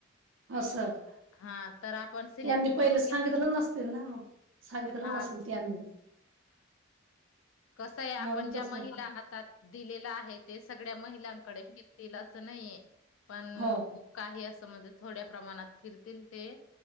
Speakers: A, on the right; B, on the left.
A: अस त्यांनी
B: हा तर आपण सिलेक्ट
A: पहिले
B: करून
A: सांगितलं
B: घ्या
A: नसतील ना, मग सांगितलं
B: हा
A: नसेल त्यांनी.
B: कस आहे, आपण
A: म्हणून
B: ज्या
A: तस
B: महिला
A: हो
B: हातात दिलेला आहे- हे तेच- सगळ्या महिलांकडे फेरतील असं नाहीये. पण,
A: हो
B: काही अस- म्हणजे थोड्या प्रमाणात फिरतील ते,